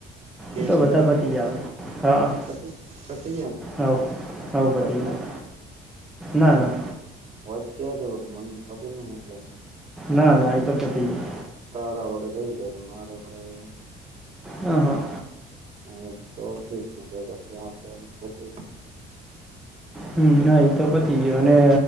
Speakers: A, on the right; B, in the centre.
A: કેસને
B: એ તો બધા પતી ગીયા હવે, હા.
A: પતિ પતિ ગયા
B: હઉ, હઉ, પતી
A: કશે
B: ગીયું,
A: નહી
B: ના ના.
A: વાત કયારે કરુ મન ખબર નો મલે હે.
B: ના ના એતો પતી ગીયા.
A: તારા વગર રહી જાય મારા પર આવે
B: હા હા.
A: હા, એમ તો ઠીક નેતો રસ્તે આપણે એમ ખોટું
B: હમમ, હા એતો પતી ગીયો અને